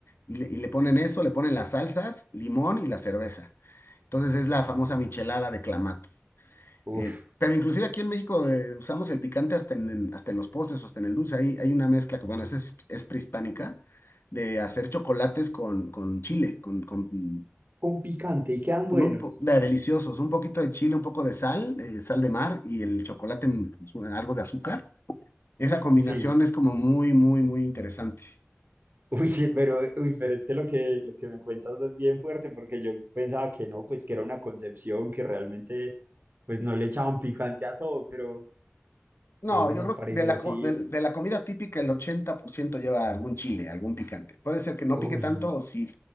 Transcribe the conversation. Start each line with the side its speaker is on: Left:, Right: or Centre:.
Left: y le, y le ponen eso, le ponen las salsas, limón y la cerveza. Entonces es la famosa michelada de clamato.
Right: uf,
Left: Eh, pero inclusive aquí en México eh, usamos el picante hasta en, en- hasta en los postres, hasta en el dulce. Ahí hay una mezcla que, bueno, esa es, es prehispánica, de hacer chocolates con, con chile, con, con
Right: con picante y quedan
Left: con
Right: buenos.
Left: un po- de- deliciosos, un poquito de chile, un poco de sal, eh, sal de mar y el chocolate, en su- algo de azúcar. Esa combinación
Right: Sí,
Left: es como muy, muy, muy interesante.
Right: uy, <laughs> pero, uy, pero es que lo que, lo que me cuentas es bien fuerte porque yo pensaba que no, pues que era una concepción que realmente pues no le echaban picante a todo, pero,
Left: No,
Right: pero pues
Left: yo
Right: al
Left: creo
Right: parecer
Left: que de la,
Right: sí.
Left: co- de, de la comida típica el 80% lleva algún chile, algún picante. Puede ser que no
Right: Uy,
Left: pique tanto o sí,